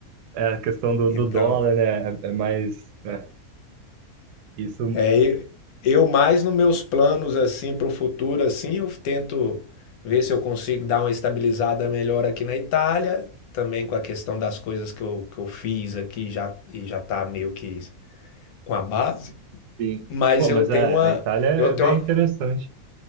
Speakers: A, on the right; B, on the left.
A: É, a questão do,
B: Então,
A: do dólar, né? É, é mais. é, isso,
B: É, e- eu mais nos meus planos assim para o futuro assim, eu tento ver se eu consigo dar uma estabilizada melhor aqui na Itália, também com a questão das coisas que eu, que eu fiz aqui já e já tá meio que com a base,
A: sim.
B: mas
A: Pô,
B: eu
A: mas
B: tenho
A: a,
B: uma
A: a Itália é
B: eu tenho
A: bem
B: uma,
A: interessante.